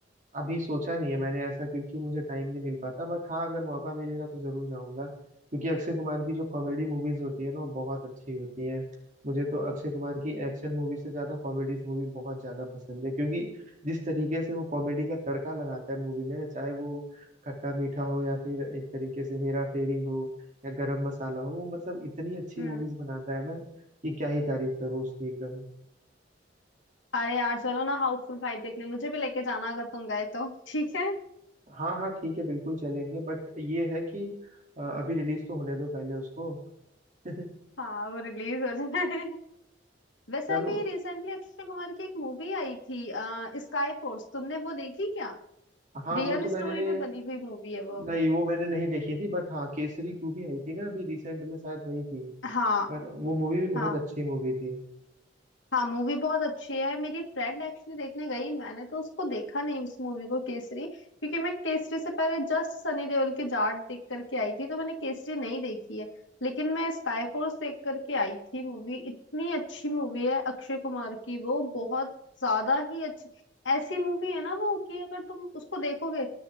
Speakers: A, on the right; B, on the left.
A: अभी सोचा नहीं है मैंने ऐसा क्योंकि मुझे टाइम नहीं मिल पाता बट हाँ अगर मौका मिलेगा तो जरूर जाऊंगा क्योंकि अक्षय कुमार की जो कॉमेडी मूवीज होती है ना वो बहुत अच्छी होती है मुझे तो अक्षय कुमार की एक्शन मूवी से ज्यादा कॉमेडीज मूवी बहुत ज्यादा पसंद है क्योंकि जिस तरीके से वो कॉमेडी का तड़का लगाता है मूवी में ना चाहे वो खट्टा मीठा हो या फिर एक तरीके से हेरा फेरी हो या गरम मसाला हो वो मतलब इतनी अच्छी
B: हम्म
A: मूवीज बनाता है ना कि क्या ही तारीफ करूं उसकी एकदम
B: अरे यार चलो ना हाउसफुल फाइव देखने मुझे भी लेके जाना अगर तुम गए तो <laughs> ठीक है
A: हाँ हाँ ठीक है बिल्कुल चलेंगे बट ये है कि अ, अभी रिलीज तो होने दो पहले उसको <laughs>
B: हाँ वो रिलीज हो जाए <laughs> वैसे
A: चलो
B: अभी रिसेंटली अक्षय कुमार की एक मूवी आई थी आ, स्काई फोर्स तुमने वो देखी क्या
A: हाँ
B: रियल
A: वो तो
B: स्टोरी
A: मैंने
B: पे बनी हुई मूवी है वो
A: नहीं वो मैंने नहीं देखी थी बट हाँ केसरी टू भी आई थी ना अभी रिसेंट में शायद वही थी
B: हाँ
A: पर वो मूवी भी
B: हाँ
A: बहुत अच्छी मूवी थी
B: हाँ मूवी बहुत अच्छी है मेरी फ्रेंड एक्चुअली देखने गई मैंने तो उसको देखा नहीं उस मूवी को केसरी क्योंकि मैं केसरी से पहले जस्ट सनी देओल की जाट देख करके आई थी तो मैंने केसरी नहीं देखी है लेकिन मैं स्काई फोर्स देख करके आई थी मूवी इतनी अच्छी मूवी है अक्षय कुमार की वो बहुत ज्यादा ही अच्छी ऐसी मूवी है ना वो कि अगर तुम उसको देखोगे